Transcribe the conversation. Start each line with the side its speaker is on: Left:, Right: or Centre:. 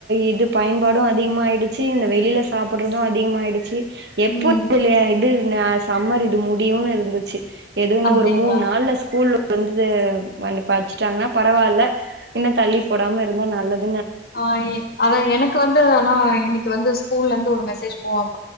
Right: இது பயன்பாடு அதிகமாகிடுச்சி இந்த வெளில சாப்புட்றது அதிகமாயிடுச்சி எப்பத்
Left: ம்
Right: <unintelligible> இது நா அஸ் சம்மர் இது முடியுன்னு இருந்துச்சு எதுவு இன்னோ
Left: அப்டிங்களா
Right: ஒரு மூண் நாள்ல ஃஸ்கூல் வந்துதே வந்து பர்ச்சிட்டாங்க பரவால இன்னோ தள்ளி போடாம இருந்தா நல்லது
Left: ஆ எ அதா எனக்கு வந்து நாஇன்னைக்கி வந்து ஸ்கூ ஸ்கூலந்து ஒரு மெசேஜ் போவாகு